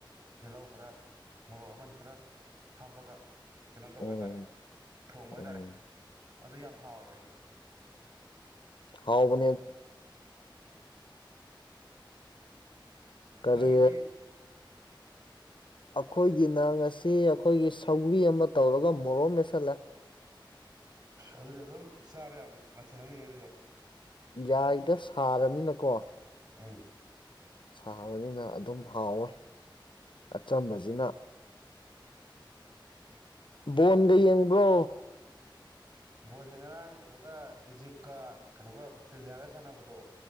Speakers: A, on the right (about 45°); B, on the left (about 70°).
A: ꯇꯤꯜꯍꯧ ꯈꯔ ꯃꯣꯔꯣꯛ ꯑꯃꯟ ꯈꯔ ꯍꯥꯞꯄꯒ ꯀꯩꯅꯣ ꯇꯧꯕ
B: ꯎꯝ
A: ꯍꯥꯏꯇꯥꯔꯦ ꯊꯣꯡꯕ ꯍꯥꯏꯇꯥꯔꯦ
B: ꯎꯝ
A: ꯑꯗꯨ ꯌꯥꯝ ꯍꯥꯎꯋꯦꯕ ꯍꯥꯏꯗꯤ
B: ꯍꯥꯎꯕ ꯀꯔꯤ
A: ꯅꯣꯏꯒꯤꯗꯤ
B: ꯑꯩꯈꯣꯏꯒꯤꯅ ꯑꯁꯤ ꯑꯩꯈꯣꯏꯒꯤ ꯁꯧꯒ꯭ꯔꯤ ꯑꯃ ꯇꯧꯔꯒ ꯃꯣꯔꯣ ꯃꯦꯠꯁꯜꯂꯦ
A: ꯑꯗꯨꯁꯨ ꯑꯗꯨꯝ ꯆꯥꯕ ꯌꯥꯃꯦ ꯃꯊꯦꯜ ꯑꯃ ꯌꯦꯗꯔꯣ
B: ꯌꯥꯏꯗ ꯁꯥꯔꯃꯤꯅꯀꯣ
A: ꯎꯝ
B: ꯁꯥꯕꯅꯤꯅ ꯑꯗꯨꯝ ꯍꯥꯎꯋꯦ ꯑꯆꯝꯕꯁꯤꯅ ꯕꯣꯟꯗ ꯌꯦꯡꯕ꯭ꯔꯣ
A: ꯕꯣꯣꯟꯁꯦ ꯉꯔꯥꯡ ꯀꯩꯅꯣꯒ ꯏꯖꯤꯞꯀ ꯀꯩꯅꯣꯒ ꯑꯣꯁꯇ꯭ꯔꯦꯂꯤꯌꯥꯒ ꯁꯥꯟꯅꯕꯗꯣ